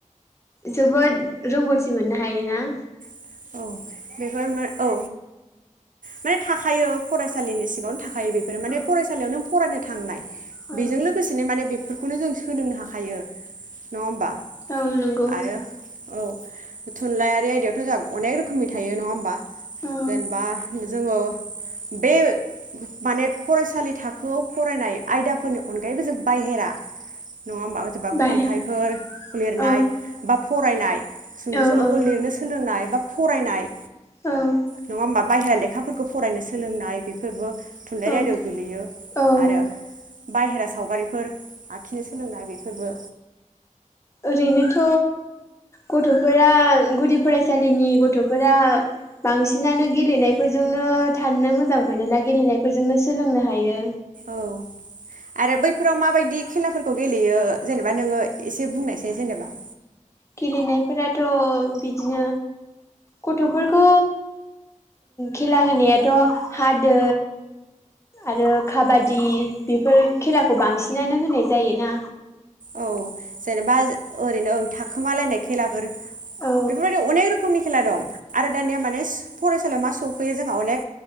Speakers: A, on the left; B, on the right.
A: जोबोद रोंगौथि मोननो हायोना। नां
B: औ बेफोर मा औ माने थाखायो फरायसालिनि <unintelligible> थाखायो बेफोर माने
A: औ
B: फरायसालियाव नों फरायनो। थांनाय।
A: औ
B: बेजों लोगोसेनो माने बे बेफोरखौनो जों सोलोंनो हा हायो नङा होमबा
A: औ नंगौ
B: आरो औ। थुनलाइयारि आयदायावथ' जों अनेक रोखोमनि थायो नङा होमबा।
A: औ
B: जेनेबा जोङो बे माने फरायसालि थाखोआव फरायनाय आयदाफोरनि अनगायैबो जों बाहेरा। नङा होनबा
A: बाहेरा
B: खन्थाइफोर लिरनाय
A: औ
B: बा। फरायनाय। सुंद'
A: औ
B: सल'फोर
A: औ
B: लिरनो सोलोंनाय बा। फरायनाय।
A: औ।
B: नङा होमबा बाहेरा लेखाफोरखौ फरायनो सोलोंनाय बेफोरबो थुनलाइआरि
A: औ
B: आयदाआव गोलैयो
A: औ
B: आरो बाहेरा सावगारिफोर आखिनो सोलोंनाय बेफोरबो
A: ओरैनोथ' गथ'फोरा गुदि फरायसालिनि गथ'फोरा बांसिनानो गेलेनायफोरजोंनो थानो मोजां मोनोना गेलेनायफोरजोंनो सोलोंनो हायो।
B: औ आरो बैफोराव मा बायदि खेलाफोरखौ गेलेयो जेनेबा नोङो एसे बुंनायसै जेनेबा।
A: गेलेनायफोराथ' बिदिनो गथ'फोरखौ खेला होनायाथ' हा, दै आरो काबादि बेफोर खेलाखौ बांसिनानो होनाय जायोना।
B: औ जेनेबा ओरैनो थाखोमालायनाय खेलाफोर।
A: औ
B: बेफोर बायदि अनेक रोखोमनि खेला दं। आरो दानिया माने फरायसालियाव मा सफैयो जोंहा अनेक